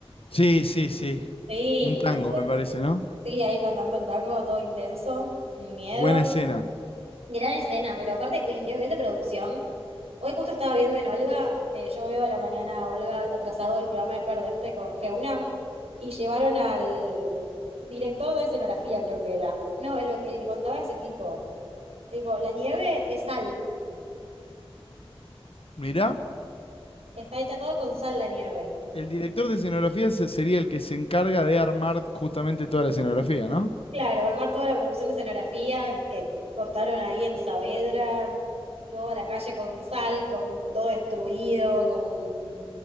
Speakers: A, on the left; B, on the right.
A: sí, sí, sí.
B: Sí,
A: Un tango,
B: intenso.
A: me parece, ¿no?
B: Sí, ahí cantando el tango, todo intenso, miedo.
A: Buena escena.
B: Gran escena, pero aparte el nivel de producción. Hoy justo estaba viendo en Olga, eh, yo veo a la mañana a Olga atrasado el programa de Ferdente con Geuna, y llevaron al director de escenografía, creo que era. No, lo que contaba ese tipo. Tipo, la nieve es sal,
A: Mirá.
B: está hecha todo con sal la nieve.
A: El director de escenografía se- sería el que se encarga de armar justamente toda la escenografía, ¿no?
B: Claro, armar toda la producción de escenografía que cortaron ahí en Saavedra, toda la calle con sal, con, con todo destruido, con